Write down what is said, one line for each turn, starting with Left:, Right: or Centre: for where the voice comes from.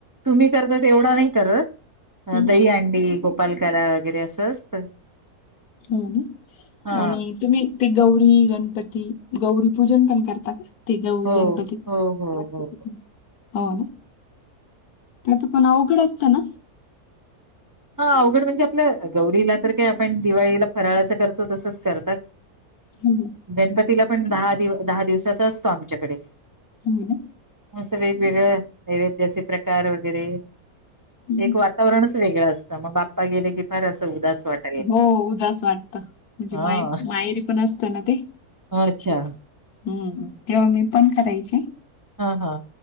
Right: तुम्ही करता तेवढा नाही करत,
Left: हम्म.
Right: दहीहंडी गो पालकाला वगैरे असं असतं.
Left: हम्म हम्म,
Right: हा
Left: आणि तुम्ही ते गौरी, गणपती, गौरी पूजन पण करता का? ते गौरी,
Right: हो
Left: गणपती गणपतीच
Right: हो हो हो
Left: हो ना. त्यांचं पण अवघड असतं ना?
Right: हा अवघड म्हणजे आपलं, गौरीला तर काय आपण दिवाळीला फराळाच करतो तसंच करतात.
Left: हम्म
Right: गणपतीला पण दहा दिव दहा दिवसाचा असतो आमच्याकडे.
Left: होय ना.
Right: असं वेगवेगळं, नैवेद्याचे प्रकार वगैरे
Left: हम्म.
Right: एक वा तावरणच वेगंळ असतं, मग बाप्पा गेले की फार असं उदास वाट
Left: हो उदास वाटतं, म्हणजे
Right: हा
Left: माय‌ मायरी पण असत ना ते.
Right: अच्छा
Left: हम्म, तेव्हा मी पण करायची.
Right: हा हा,